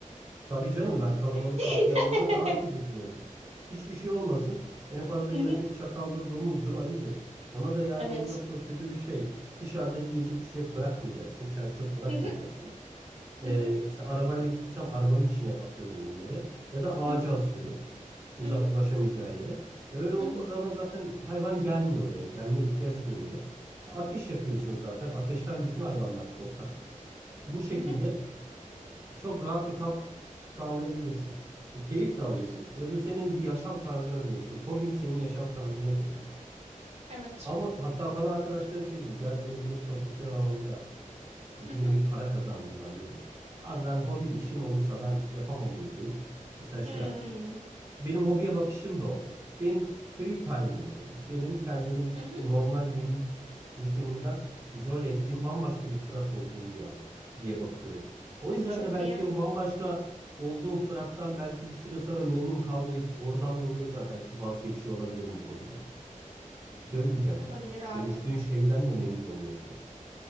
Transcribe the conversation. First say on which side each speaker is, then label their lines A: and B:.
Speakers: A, on the right (about 20°); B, on the right (about 50°).
A: Tabii canım ben kalabalık
B: <laughs>
A: kamp yerlerine daha tedirgin olurum. Hiçbir şey olmasın. En fazla
B: Hı hı,
A: gelecek çakaldır, domuzdur, ayıdır. Ona da yani
B: Evet.
A: onun da prosedürü şey. Dışarıda yiyecek içecek bırakmayacaksın. Çer bırakmayacaksın.
B: Hı hı,
A: Ee,
B: hı hı,
A: işte arabayla gittiysem arabanın içine atıyorum bunları. Ya da ağaca
B: hı hı,
A: asıyorum. Uzak
B: hı hı,
A: ulaşamayacağı yere. E, Öyle olduğu
B: hı hı,
A: zaman zaten hayvan gelmiyor oraya. Gelmeye ihtiyacı duymuyor. Ateş yakıyorsun zaten. Ateşten bütün hayvanlar korkar. Bu şekilde
B: hı hı,
A: çok rahat bir kamp sağlayabilirsin. E, keyif
B: hı
A: de
B: hı.
A: alırsın. Ve bu senin bir yaşam tarzına dönüşür. Hobin senin yaşam tarzına dönüşür.
B: Evet.
A: Ama hatta bana arkadaşlarım şey dedi. Gel dedi bunu profesyonel alanda yap. Hani
B: Hı
A: bir
B: hı.
A: nevi para kazan bundan dedi. Abi ben hobim işim olursa ben yapamam bunu deyip mesela şey
B: Hmm,
A: yaptım. Benim hobiye bakışım da o. Benim free time'ım o benim. Benim kendimi
B: hı hı.
A: normal günlük rutinimden izole ettiğim bambaşka bir Fırat olduğum bir an diye bakıyorum. O yüzden
B: Çok
A: de belki
B: iyi.
A: o bambaşka olduğum Fırat'tan belki bir süre sonra memnun kalmayıp oradan dolayı da belki vazgeçiyor olabilirim bu hobiden. Bir de öyle bir gerçek
B: Olabilir
A: var.
B: abi.
A: Dönüştüğün şeyden de memnun olmayabilirsin.